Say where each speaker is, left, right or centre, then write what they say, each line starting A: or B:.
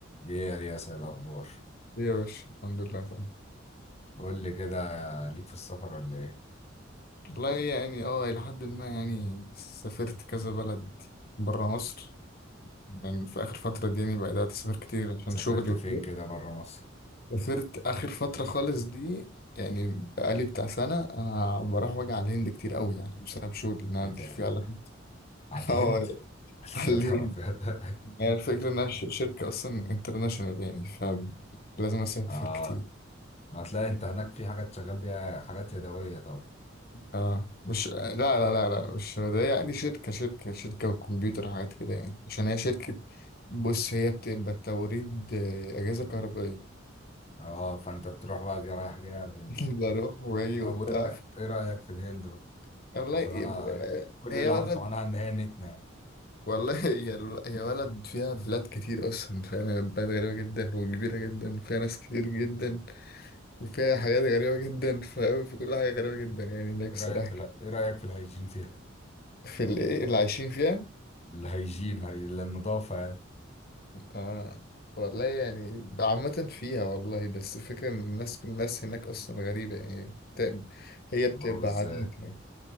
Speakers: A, on the left; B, on the left.
A: ايه يا رياس إيه الاخبار
B: ليه يا باشا الحمد لله تمام
A: قول لي كده ليك في السفر ولا ايه
B: والله يعني اه إلى حد ما يعني سافرت كذا بلد برا مصر يعني في آخر فترة دي يعني بدأت أسافر كتير عشان
A: سافرت
B: شغلي وكده
A: فين كده بره مصر
B: سافرت آخر فترة خالص دي يعني بقالي بتاع سنة أنا بروح واجي على الهند كتير أوي يعني بسبب شغلي إن أنا
A: ايه ده
B: في
A: لا
B: على
A: لا
B: <laughs>
A: على الهند
B: اه
A: <laughs>
B: على
A: يا
B: الهند
A: نهار أبيض.
B: يعني الفكرة إنها ش- شركة أصلا انترناشونال يعني فلازم أسافر
A: اه
B: كتير
A: هتلاقي انت هناك في حاجات شغال بيها حاجات يدويه طبعا
B: اه مش لا لا لا لا مش ده يعني شركة شركة شركة وكمبيوتر حاجات كده يعني عشان هي شركة بص هي بتبقى توريد آه، أجهزة كهربائية
A: اه فانت بتروح بقى جاي رايح جاي على الهند
B: <laughs> بروح وأجي
A: طب
B: وبتاع
A: وايه رأي- إيه رايك في الهند بقى
B: والله
A: عشان
B: يب-
A: انا كل
B: هي
A: اللي
B: بلد
A: عارفه عنها ان هي نتنه يعني
B: والله هي هي بلد فيها بلاد كتير أصلا فاهم هي بلد غريبة جدا وكبيرة جدا وفيها ناس كتير جدا وفيها حاجات غريبة جدا فاهم في كل حاجة غريبة جدا يعني هناك
A: ايه
B: صراحة
A: رايك في ال- ايه رايك في الهيجين فيها
B: في الإيه اللي عايشين فيها
A: الهيجين هي... النظافه يعني
B: آه. والله يعني عامة فيها والله بس الفكرة إن الناس الناس هناك أصلا غريبة يعني بت- هي بتبقى
A: بيضربوا ازاي
B: عادات يعني